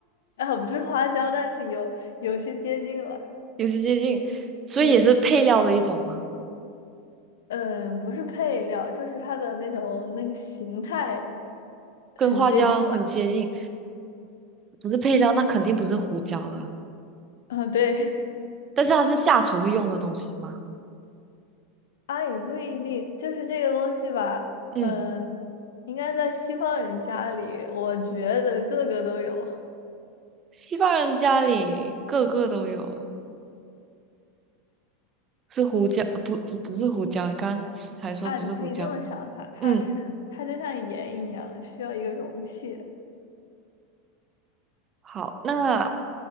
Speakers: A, on the left (about 75°); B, on the right (about 30°).
A: 啊，不是花椒，但是有有些接近了。
B: 有些接近，所以也是配料的一种嘛，
A: 嗯嗯，不是配料，就是它的那种那个形态很接近了。
B: 跟花椒很接近。不是配料，那肯定不是胡椒了。
A: 啊，对。
B: 但是它是下厨会用的东西吗？
A: 啊，也不一定，就是这个东西吧，
B: 嗯，
A: 嗯，应该在西方人家里，我觉得个个都有
B: 西方人家里个个都有，是胡椒，不不不是胡椒，你刚刚才说不是胡椒。
A: 啊。你可以这么想它，它是它就像盐一样，
B: 嗯。
A: 需要一个容器，
B: 好，那